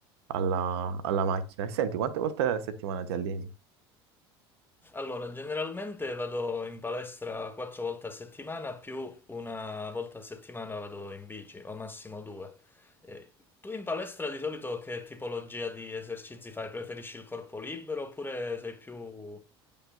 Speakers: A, on the right (about 80°); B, on the left (about 15°).
A: alla, alla macchina. E senti, quante volte a settimana ti alleni?
B: Allora, generalmente vado in palestra quattro volte a settimana, più una volta a settimana vado in bici, o massimo due. Eh, tu in palestra di solito che tipologia di esercizi fai? Preferisci il corpo libero oppure sei più